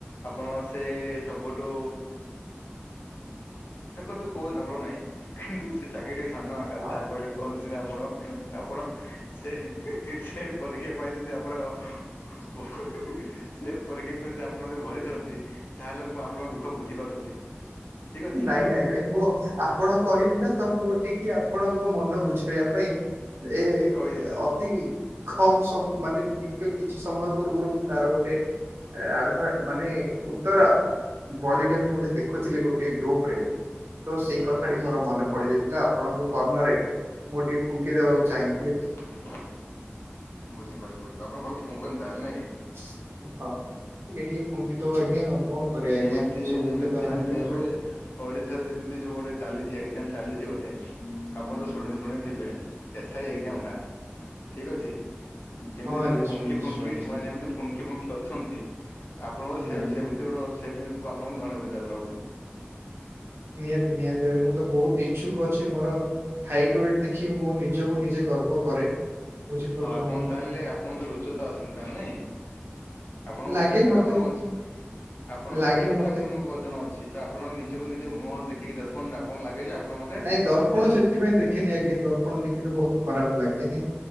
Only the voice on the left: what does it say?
ଆପଣ ସେ ସବୁଠୁ ଦେଖନ୍ତୁ କୋଉ ନମ୍ବର ନାହିଁ, କିନ୍ତୁ ସେ ଚାକିରି ସାନ ନ ଆଙ୍କା
ଯାହା କହିଲେ କୁହନ୍ତୁ ସିନା ଆପଣ। ଆପଣ ସେ ସେ ପରୀକ୍ଷା ପାଇଁ ଯଦି ଆପଣ। <unintelligible> ପରୀକ୍ଷା ଯଦି ଆପଣ ଯଦି ଭରିଛନ୍ତି ତାହେଲେ ମୁଁ ଆପଣଙ୍କ ଦୁଃଖ ବୁଝିପାରୁଛି। ଠିକ୍ ଅଛି
କହିଦେଲେ
ହଁ
ହଁ
ବୁଝିପାରିଲି, ବୁଝିପାରିଲି, ଆପଣ ଭଲ ଫୁଙ୍କନ୍ତି! ତାହେଲେ ନାଇଁ କି
ଯେମିତି
ଯେମିତି
ଯେମିତି
ଏବେ ଓଡିଶାରେ ଯେମିତି ଯୋଉ ଗୋଟେ ଚାଲିଛି ଏକ୍ଜାମ ଚାଲିଛି ଗୋଟେ? ଆପଣ ତ ଶୁଣି ଶୁଣିଥିବେ ଏସ୍ ଆଇ ଏକ୍ଜାମ ଟା? ଠିକ୍ ଅଛି? ଯେମିତି
ସେମାନେ
ଫୁଙ୍କି
ଫୁଙ୍କି
ସେମାନେ ଯେମିତି ଫୁଙ୍କି ଫୁଙ୍କି ଅଛନ୍ତି। ଆପଣଙ୍କର
ସେ
ସେ <unintelligible>
ହଉ ଆପଣ ତାହେଲେ ଆପଣ ତାହେଲେ ଉଚ୍ଚତା ଅଛନ୍ତି ତାହେଲେ ନାଇଁ? ଆପଣଙ୍କ
ଉଚ୍ଚତା
ଆପଣଙ୍କ <unintelligible> ଆପଣଙ୍କ
ଉଚ୍ଚତା
ଆପଣଙ୍କ ଓଜନ ଅଛି ତ। ଆପଣଙ୍କ ନିଜକୁ ନିଜ ମୁହଁ ଦେଖିକି ଦର୍ପଣ ଆପଣଙ୍କୁ ଲାଗେ ଯେ ଆପଣ ଗୋଟେ
ଭଲ